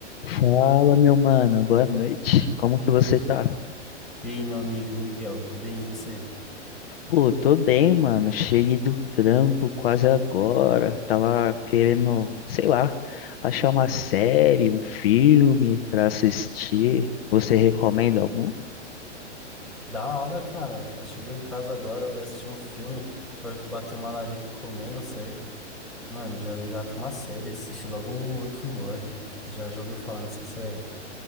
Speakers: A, on the left (about 55°); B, in the centre.
A: Fala, meu mano, boa noite. Como que você tá?
B: E aí, meu amigo Miguel, tô bem, e você?
A: Pô, tô bem, mano. Cheguei do trampo quase agora. Tava querendo, sei lá, achar uma série, um filme pra assistir. Você recomenda algum?
B: Da hora, cara. Ela Chegou em casa agora, vai assistir um filme, vai bater uma larica comendo, certo? Mano, já engata uma série, assiste logo um Rick and Morty. Já, já ouviu falar nessa série?